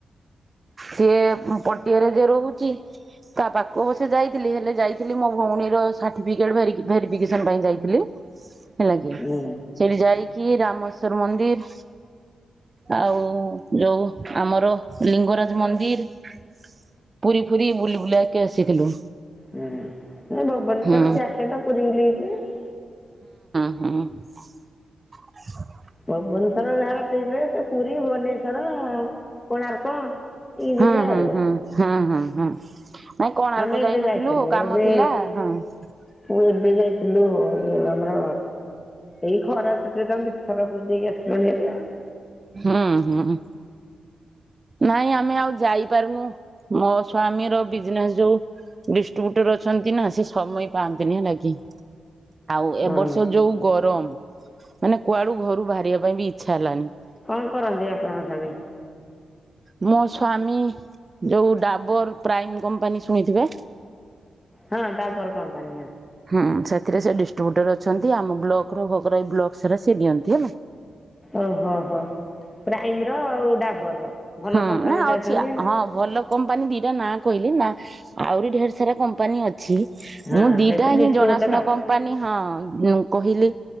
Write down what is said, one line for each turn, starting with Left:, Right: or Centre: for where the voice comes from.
Right: ସିଏ ପଟିଆରେ ଯେ ରହୁଛି ତା ପାଖକୁ ଅବସ୍ୟ ଯାଇଥିଲି ହେଲେ ଯାଇଥିଲି ମୋ ଭଉଣୀର ସାର୍ଟିଫିକେଟ ଭେରିଗି ଭେରିଫିକେସନ ପାଇଁ ଯାଇଥିଲି । ହେଲା କି
Left: ହୁଁ
Right: ସେଇଠି ଯାଇକି ରାମେଶ୍ଵର ମନ୍ଦିରି ଆଉ ଯୋଉ ଆମର ଲିଙ୍ଗରାଜ ମନ୍ଦିର ପୁରୀ ଫୁରୀ ବୁଲି ବୁଲାକି ଆସିଥିଲୁ।
Left: ହୁଁ ଭୁବନେଶ୍ୱର
Right: ହଁ
Left: ଯିଏ ଆସିଏ ତ ପୁରି ବୁଲିକି ଯିବେ।
Right: ହୁଁ।
Left: ଭୁବନେଶ୍ୱର ଯାହାର ଥିବେ ସେ ପୁରୀ ଭୁବନେଶ୍ଵର କୋଣାର୍କ ଏଇ
Right: ହଁ
Left: ଯିବେ
Right: ହଁ
Left: ଆଉ
Right: ହଁ ହଁ ହଁ ହଁ । ନାଇଁ କୋଣାର୍କ
Left: ଆମେ ଏବେ
Right: ଯାଇନଥିଲୁ
Left: ଯାଇଥିଲୁ
Right: କାମ
Left: ଏବେ
Right: ଥିଲା ହଁ ।
Left: ମୁଁ ଏବେ ଯାଇଥିଲୁ ଇଏ ଆମର ଏଇ ଖରା ଛୁଟିରେ ତ ଆମେ ଦିଥର ପୁରି ଯାଇକି ଆସିଲୁଣି ହେରି ଆଉ।
Right: ହୁଁ ହୁଁ। ନାଇଁ ଆମେ ଆଉ ଯାଇପାରୁନୁ ମୋ ସ୍ଵାମୀର ବିଜନେସ ଯୋଉ । ଡିଷ୍ଟ୍ରୁବ୍ୟୁଟର ଅଛନ୍ତି ନା ସେ ସମୟ ପାଆନ୍ତିନି ହେଲା କି । ଆଉ ଏବ
Left: ହଁ
Right: ବର୍ଷ ଯୋଉ ଗରମ ମାନେ କୁଆଡୁ ଘରୁ ବାହାରିବା ପାଇଁ ବି ଇଚ୍ଛା ହେଲାନି ।
Left: କଣ କରନ୍ତି କି ଆପଣଙ୍କ ସ୍ୱାମୀ?
Right: <inaudible> ମୋ ସ୍ଵାମୀ ଯୋଉ ଡାବର ପ୍ରାଇମ କମ୍ପାନୀ ଶୁଣିଥିବେ
Left: ହଁ ଡାବର କମ୍ପାନୀ।
Right: ହୁଁ ସେଥିରେ ସେ ଡିଷ୍ଟ୍ରିବ୍ୟୁଟର ଅଛନ୍ତି ଆମ ବ୍ଲକର ଭୋଗରାଇ ବ୍ଲକ ସାରା ସେ ଦିଅନ୍ତି ହେଲା।
Left: ଓହୋ ହୋ ପ୍ରାଇମର ଆଉ ଡାବରର। ଭଲ
Right: ହଁ
Left: କମ୍ପାନୀରେ
Right: ନା ଅଛି
Left: ଅଛନ୍ତି ଆଉ
Right: ହଁ ଭଲ କମ୍ପାନୀ ଦିଟା ନାଁ କହିଲି ନା ଆହୁରି ଢେର ସାରା କମ ଛି
Left: ହଁ
Right: ମୁଁ ଦିଟା
Left: ସେଥିରେ ଡିଷ୍ଟ୍ରିବ୍ୟୁଟର୍
Right: ହିଁ ଜଣାଶୁଣା
Left: ଆଉ
Right: କମ୍ପାନୀ ହଁ କହିଲି